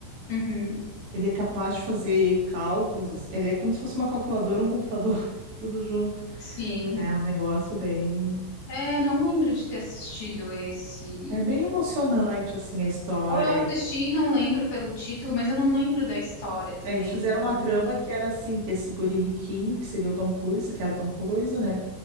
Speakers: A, on the left; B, on the right.
A: Uhum.
B: Ele é capaz de fazer cálculos, assim. Ele é como se fosse uma calculadora, um computador, <laughs> tudo junto.
A: Sim.
B: É um negócio bem
A: É, não lembro de ter assistido esse.
B: É bem emocionante assim a história
A: Ou eu assisti e não lembro pelo título, mas eu não lembro da história também,
B: É, Eles fizeram
A: então.
B: uma trama que era assim, que esse guri riquinho, que seria o Tom Cruise, que era o Tom Cruise, né?